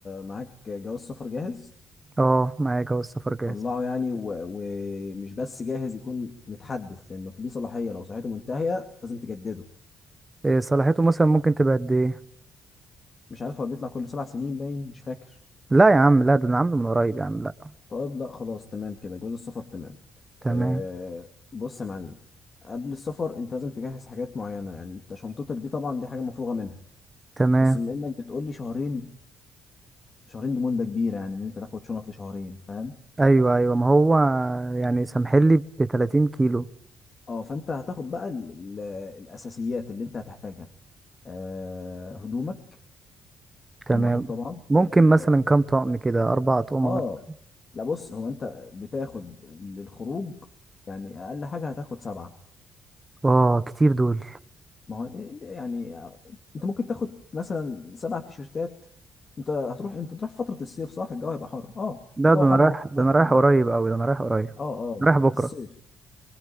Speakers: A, on the left; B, on the right.
A: معاك جواز سفر جاهز
B: اه معايا جواز السفر جاهز
A: طلعه يعني و- ومش بس جاهز يكون متحدث لانه في ليه صلاحيه لو صلاحيته منتهيه لازم تجدده
B: إيه صلاحيته مثلا ممكن تبقى قد ايه
A: مش عارف هو بيطلع كل سبع سنين باين مش فاكر
B: لا يا عم لا ده انا عامله من قريب يا عم لا
A: طيب لا خلاص تمام كده جواز السفر تمام
B: تمام
A: أه بص يا معلم قبل السفر انت لازم تجهز حاجات معينه يعني انت شنطتك دي طبعا دي حاجه مفروغه منها
B: تمام
A: بس بما انك بتقول لي شهرين شهرين دي مده كبيره يعني ان انت تاخد شنط لشهرين فاهم
B: ايوه ايوه ما هو يعني سامحلي ب 30 كيلو
A: اه فانت هتاخد بقى ال- ال- الاساسيات اللي انت هتحتاجها آه، هدومك
B: تمام
A: رقم واحد طبعا
B: ممكن مثلا
A: اه
B: كام طقم كده اربع اطقمة
A: آه.
B: مثلا
A: لا بص هو انت بتاخد للخروج يعني اقل حاجه هتاخد سبعه
B: اه كتير دول
A: ما هو يعني آه، انت ممكن تاخد مثلا سبع تيشرتات انت هتروح امتى تروح فتره الصيف صح الجو هيبقى حر اه
B: لا
A: الجو
B: ده
A: حر
B: انا رايح
A: موت
B: ده
A: وقت
B: انا رايح
A: هناك
B: قريب اوي ده انا رايح قريب
A: اه اه
B: رايح بكرة
A: في الصيف